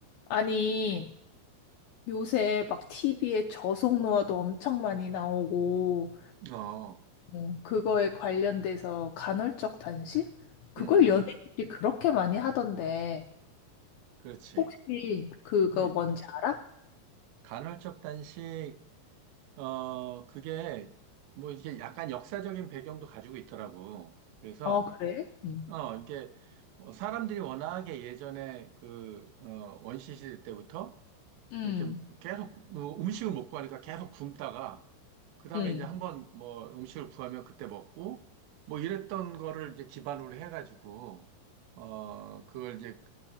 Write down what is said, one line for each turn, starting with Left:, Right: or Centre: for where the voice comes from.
Left: 아니, 요새 막 TV에 저속노화도 엄청 많이 나오고,
Right: 어,
Left: 음, 그거에 관련돼서 간헐적 단식? 그걸
Right: 음, 음,
Left: 연예인들이 그렇게 많이 하던데,
Right: 그렇지.
Left: 혹시 그거
Right: 음,
Left: 뭔지 알아?
Right: 간헐적 단식, 어, 그게, 뭐, 이게 약간 역사적인 배경도 가지고 있더라고. 그래서,
Left: 아, 어, 그래? 응.
Right: 어, 이게, 뭐 사람들이 워낙에 예전에 그, 어, 원시시대 때부터
Left: 응,
Right: 이렇게 계속 어, 음식을 못 구하니까 계속 굶다가 그다음에
Left: 응.
Right: 이제 한번 뭐 음식을 구하면 그때 먹고 뭐 이랬던 거를 이제 기반으로 해가지고 어 그걸 이제